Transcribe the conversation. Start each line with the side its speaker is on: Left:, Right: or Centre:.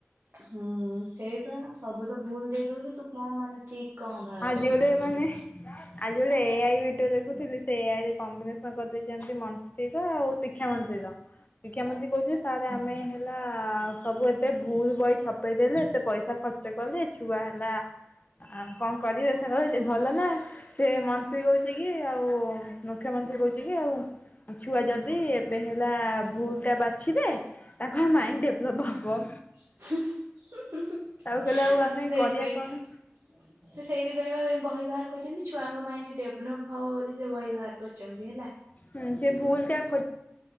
Right: ହୁଁ ସେଇପା ସବୁ ତ ଭୁଲ୍ ଦେଇଦଉଚି ତୁ କଣ ମାନେ ଠିକ କଣ ବାହାର
Left: ଆଜି
Right: କରିକି
Left: ଗୋଟେ
Right: ପଢେଇବୁ
Left: ମାନେ ଆଜି ଗୋଟେ ଏ ଆଇ ଭଡିଓ ଦେଖୁଥିଲି ସେ ଏ ଆଇ ରେ କମ୍ବିନେସନ୍ କରିଦେଇଚନ୍ତି ମନ୍ତ୍ରୀର ଆଉ ଶିକ୍ଷା ମନ୍ତ୍ରୀର। ଶିକ୍ଷାମନ୍ତ୍ରୀ କହୁଚି ଯେ ସାର୍ ଆମେ ହେଲା ସବୁ ଏ ସେ ଭୁଲ୍ ବହି ଛପେଇଦେଲେ ଏତେ ପଇସା ଖର୍ଚ୍ଚ କଲେ ଛୁଆ ହେଲା ଆ କଣ କରିବେ ସେ କହୁଚି ଭଲ ନା ସେ ମନ୍ତ୍ରୀ କହୁଚି କି ଆଉ ମୁଖ୍ୟମନ୍ତ୍ରୀ କହୁଚି କି <unintelligible> ଛୁଆ ଯଦି ଏବେ ହେଲା ଭୁଲ୍ ଟା ବାଛିବେ ତାଙ୍କ ମାଇଣ୍ଡି ଡେଭଲପ୍ ହବ।
Right: <unintelligible> ଅ ସେଇଥିପାଇଁ
Left: ତାକୁ କହିଲେ ଆଉ ଆମେ କରିବା କଣ?
Right: ସେ ସେଇଥିପାଇଁ ପା ଏଇ ବହି ବାହାର କରିଛନ୍ତି ଛୁଆଙ୍କ ମାଇଣ୍ଡି ଡେଭଲପ୍ ହବ ବୋଲି ସେ ବହି ବାହାର କରିଛନ୍ତି ହେଲା।
Left: ହୁଁ ସେ ଭୁଲ୍ ଟା କୁ